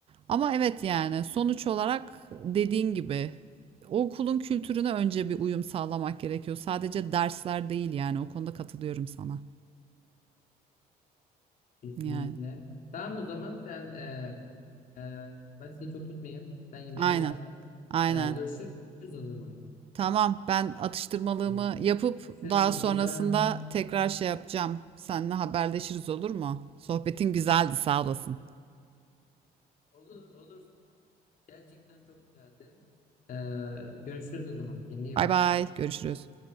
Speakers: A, on the right; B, on the left.
A: Ama evet yani sonuç olarak dediğin gibi okulun kültürüne önce bir uyum sağlamak gerekiyor. Sadece dersler değil yani o konuda katılıyorum sana.
B: Kesinlikle.
A: Yani
B: Tamam o zaman sen e, e, ben seni çok tutmayayım. Sen yemeğini
A: aynen
B: de yap.
A: aynen.
B: E, görüşürüz o zaman.
A: Tamam, ben atıştırmalığımı
B: O zaman.
A: yapıp
B: Görüşürüz.
A: daha
B: Kendine
A: sonrasında
B: iyi bak.
A: tekrar şey yapacağım. Seninle haberleşiriz olur mu? Sohbetin güzeldi, sağ olasın.
B: Olur, olur. Gerçekten çok güzeldi. Ee, görüşürüz o zaman. Kendine iyi
A: Bay
B: bak.
A: bay, görüşürüz.